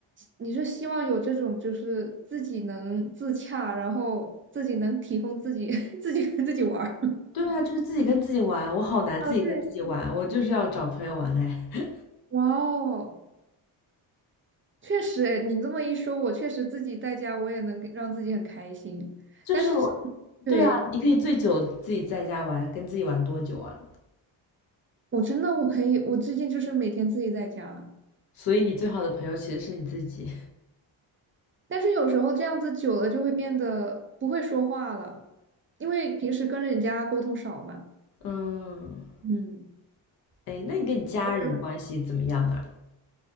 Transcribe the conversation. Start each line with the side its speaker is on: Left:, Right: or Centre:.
Right: 你是希望有这种，就是自己能自洽，然后自己能提供自己，<laughs> 自己跟自己玩儿。
Left: 对啊，就是自己跟自己玩，我好难自己跟自己玩，
Right: 啊，对，
Left: 我就是要找朋友玩哎。
Right: 哇哦，确实哎，诶你这么一说，我确实自己在家，我也能给让自己很开心。
Left: <laughs> 就是我，
Right: 但是这对，
Left: 对啊，你可以最久自己在家玩，跟自己玩多久啊？
Right: 我真的我可以，我最近就是每天自己在家，
Left: 所以你最好的朋友其实是你自己。
Right: 但是有时候这样子久了就会变得不会说话了，因为平时跟人家沟通少嘛。
Left: <laughs> 嗯，
Right: 嗯，
Left: 哎，那你跟你家人关系怎么样啊？
Right: 对吧？